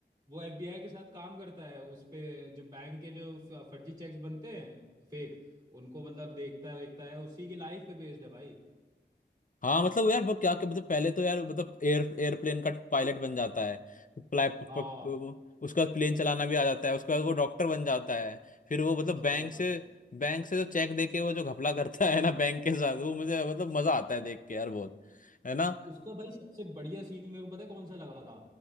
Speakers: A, on the right; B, on the left.
A: वो एफबीआई के साथ काम करता है उस पे जो बैंक के जो फ- फर्जी चेक्स बनते हैं फेक उनको मतलब देखता है देखता है उसी की लाइफ पे बेस्ड है भाई
B: हाँ मतलब यार वो क्या क्या- मतलब पहले तो यार मतलब एयर एयरप्लेन का पायलट बन जाता है प्ला- प,
A: हाँ
B: प, प, उसका प्लेन चलाना भी आ जाता है उसके बाद वो डॉक्टर बन जाता है फिर वो मतलब बैंक
A: सही बात
B: से
A: है
B: बैंक से जो चेक दे के वो जो घपला करता है ना बैंक के साथ वो मुझे मतलब मजा आता है देख के यार बहुत है ना
A: उसका भाई सबसे बढ़िया सीन मेरे को पता है कौन सा लगा था